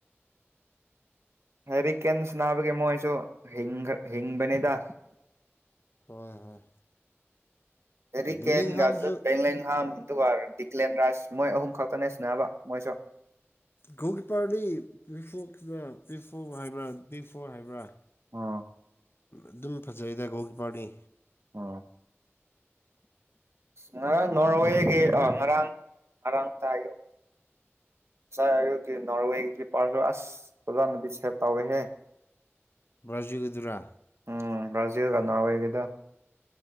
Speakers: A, on the right; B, on the left.
A: ꯍꯥꯏꯔꯤꯛ ꯀꯦꯝꯁ ꯅꯥꯕꯒꯤꯦ ꯃꯣꯏꯁꯨ ꯍꯤꯡꯒ ꯍꯤꯡꯕꯅꯤꯗ
B: ꯍꯣꯏ ꯍꯣꯏ
A: ꯍꯦꯔꯤ
B: ꯕꯤꯂꯤꯡꯍꯥꯝꯁꯨ
A: ꯀꯦꯟ ꯖꯠ ꯦꯡꯂ ꯍꯥ <unintelligible> ꯝ ꯑꯗꯨꯒꯔ ꯏꯠꯂꯦꯟꯔꯥꯏꯁ ꯃꯣꯏ ꯑꯍꯨꯝ ꯈꯛꯇꯅꯦ ꯁꯤꯟꯅꯕ ꯃꯣꯏꯁꯨ
B: ꯒꯣꯜ ꯀꯤꯞꯄꯔꯗꯤ ꯄꯤꯐꯣꯛꯂ ꯄꯤꯐꯣ ꯍꯥꯏꯕ꯭ꯔꯥ ꯕꯤꯐꯣ ꯍꯥꯏꯕ꯭ꯔꯥ
A: ꯑꯣ
B: ꯑꯗꯨꯝ ꯐꯖꯩꯗ ꯒꫭꯜ ꯀꯤꯄꯔꯗꯤ
A: ꯑꯣ ꯉꯔꯥꯡ ꯅꯣꯔꯋꯦꯒꯤ ꯑ ꯉꯔꯥꯡ ꯉꯔꯥꯡ ꯇꯥꯏꯗꯨ ꯉꯥꯏ ꯑꯌꯨꯛꯀꯤ ꯅꯣꯔꯋꯦꯒꯤ ꯄꯥꯔꯁꯨ ꯑꯁ ꯐꯖꯅꯗꯤ ꯁꯦꯕ ꯇꯧꯋꯦꯍꯦ
B: ꯕ꯭ꯔꯖꯨꯒꯤꯗꯨꯔ
A: ꯎꯝ ꯕ꯭ꯔꯥꯖꯤꯜꯒ ꯅꯣꯔꯋꯦꯒꯤꯗ